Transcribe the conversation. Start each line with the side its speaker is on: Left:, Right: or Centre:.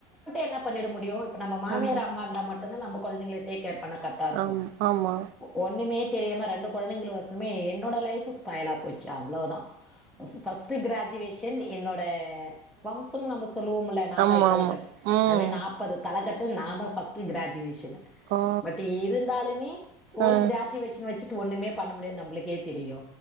Centre: என்ன பண்ணிட முடியு இப்ப நம்ம மாமியாரு
Right: ஆமா
Centre: அம்மா இருந்தா மட்டுந்தா நம்ப கொழந்திங்க டேக் கார் பண்ணா கர்ட்டாருக்கு
Right: ஆம் ஆமா
Centre: ஒ ஒண்ணுமே தெரியாம ரெண்டு கொழந்தைங்கள் ஓசமே என்னோட லைஃபு ஸ்பைலா போச்சு அவ்ளோதா ஃபஸ்ஸு ஃபஸ்ட்டு க்ராஜுவேஷன் என்னோட அ வம்சம் நம்ம சொல்லுவோமுல்ல நாப்பது
Right: ஆமா
Centre: தலக்கட்டு
Right: ஆமா ம்
Centre: அத்மாரி நாப்பது தலக்கட் டு நா தா ஃபஸ்ட்டு க்ராஜுவேஷனு
Right: ஓ
Centre: பட் இருந்தாலுமே ஒரு
Right: அ
Centre: க்ராஜுவேஷன் வெச்சுட் டு ஒன்னுமே பண்ண முடியாத்ன் நம்புளுக்கே தெரியு